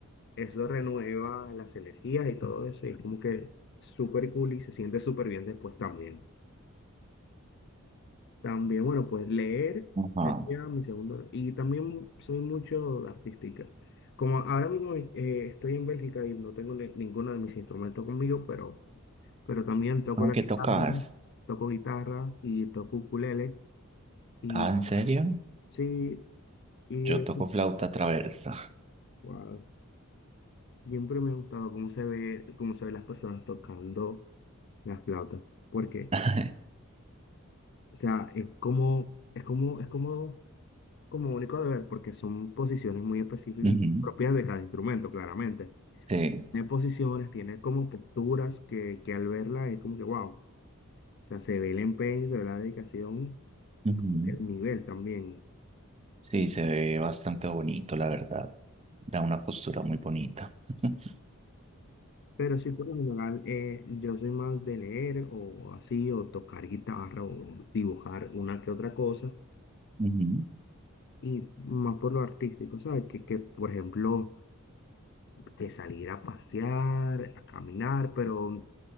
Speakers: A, on the left (about 55°); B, on the right (about 30°).
A: eso renueva las energías y todo eso, y es como que súper cool y se siente súper bien después también. También, bueno, pues leer
B: Ajá.
A: sería mi segundo, y también soy mucho artística. Como ahora mismo eh, estoy en Bélgica y no tengo ni- ninguno de mis instrumentos conmigo, pero pero también toco
B: Aunque
A: la guitarra,
B: tocas.
A: toco guitarra y toco ukulele. Y
B: Ah, ¿en serio?
A: sí, y
B: Yo
A: eh,
B: toco flauta traversa.
A: wow, siempre me ha gustado cómo se ve, cómo se ven las personas tocando las flautas, porque,
B: <laughs>
A: o sea, es como, es como, es como, como único de ver, porque son posiciones muy específicas,
B: Ujú,
A: propias de cada instrumento, claramente.
B: Sí.
A: Tiene posiciones, tiene como posturas que, que al verla es como que, wow, o sea, se ve el empeño, se ve la dedicación
B: ujú.
A: y como que el nivel también.
B: Sí, se ve bastante bonito, la verdad. Da una postura muy bonita. <laughs>
A: Pero sí, por lo general, eh, yo soy más de leer o así, o tocar guitarra o dibujar una que otra cosa,
B: Ujú,
A: y más por lo artístico, ¿sabes? Que, que por ejemplo, que salir a pasear, a caminar, pero